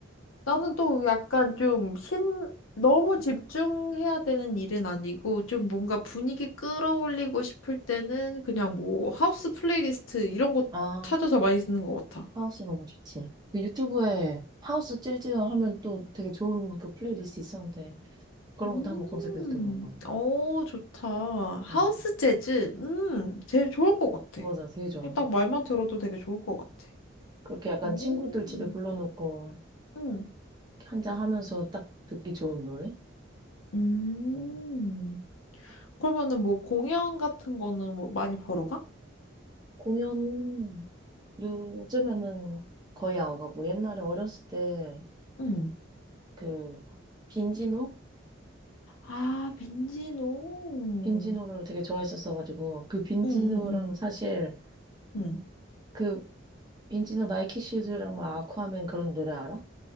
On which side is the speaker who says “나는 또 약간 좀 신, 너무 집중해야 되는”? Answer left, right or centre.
Left